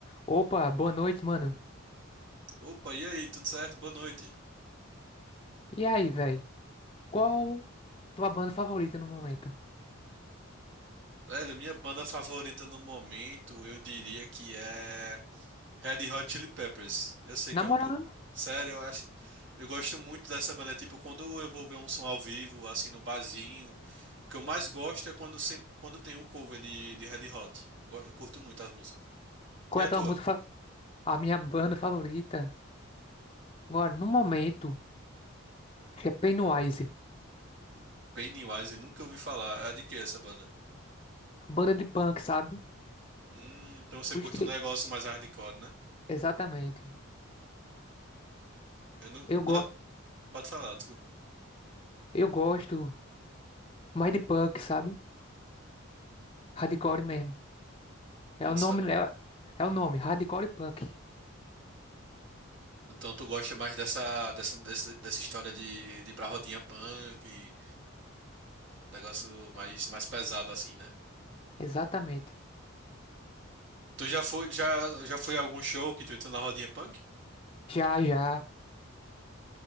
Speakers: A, on the left; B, on the right.
A: Opa, boa noite, mano.
B: Opa, e aí, tudo certo? Boa noite.
A: E aí, velho? Qual tua banda favorita no momento?
B: Velho, minha banda favorita no momento, eu diria que é Red Hot Chili Peppers. Eu sei que
A: Na
B: é
A: moral,
B: um pouco. Sério, eu acho. Eu gosto muito dessa banda. Tipo, quando eu vou ver um som ao vivo, assim, no barzinho, o que eu mais gosto é quando, sempre, quando tem um cover de, de Red Hot. Eu, go- eu curto muito as músicas.
A: qual
B: E a
A: é a tua
B: tua?
A: música? fa- A minha banda favorita, agora, no momento, acho que é Pennywise.
B: Pennywise, nunca ouvi falar. É de que essa banda?
A: Banda de punk, sabe?
B: Hum, então você
A: O
B: curte
A: estilo.
B: um negócio mais hardcore, né?
A: Exatamente.
B: Eu não.
A: Eu,
B: não-
A: go...
B: é, Pode falar, desculpa.
A: Eu gosto mais de punk, sabe? Hardcore mesmo. É
B: Eu não
A: o
B: sei.
A: nome, é, é o nome, Hardcore Punk.
B: Então tu gosta mais dessa, dessa, dessa, dessa história de, de ir pra rodinha punk, e um negócio mais, mais pesado assim, né?
A: Exatamente.
B: Tu já foi, já, já foi a algum show que tu entrou na rodinha punk?
A: Já, já.